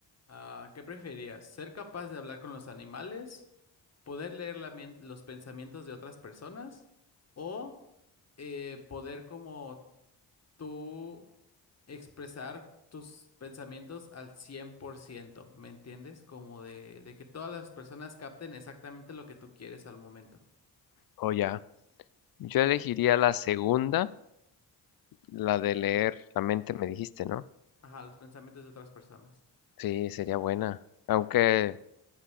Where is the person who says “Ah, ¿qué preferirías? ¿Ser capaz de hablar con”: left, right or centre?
Left